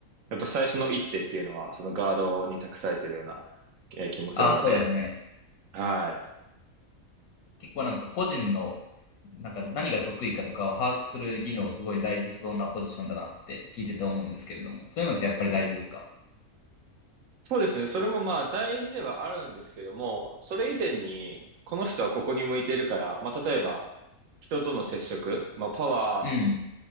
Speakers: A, on the right; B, on the left.
A: やっぱ最初の一手っていうのは、そのガードに託されているような、えー気もするので、
B: ああ、そうですね。
A: はい。
B: 結構なんか個人の、なんか何が得意かとかを把握する技能すごい大事そうなポジションだなって聞いてて思うんですけれども、そういうのってやっぱり大事ですか
A: そうですね。それもまあ大事ではあるんですけども、それ以前に、この人はここに向いてるから、まあ例えば、人との接触、まあ、パワ
B: うん。